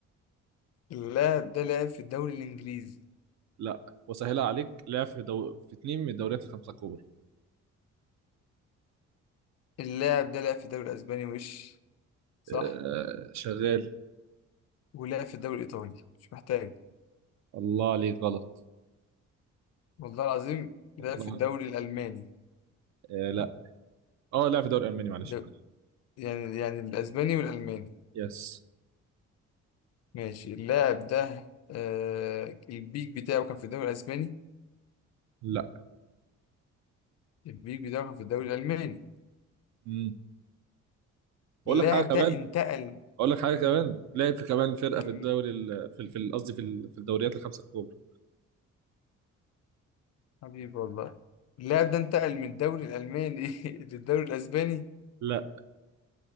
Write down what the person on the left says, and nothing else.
اللاعب ده لعب في الدوري الإنجليزي
اللاعب ده لعب في الدوري الأسباني وش صح
ولعب في الدوري الإيطالي مش محتاج
والله العظيم لعب
في الدوري
الألماني
ده
يعني يعني الأسباني والألماني
ماشي اللاعب ده آه البيك بتاعه كان في الدوري الأسباني
البيك بتاعه كان في الدوري الألماني
اللاعب
ده انتقل
مم،
مم،
حبيبي والله اللاعب ده انتقل من الدوري الألماني <laughs> للدوري الأسباني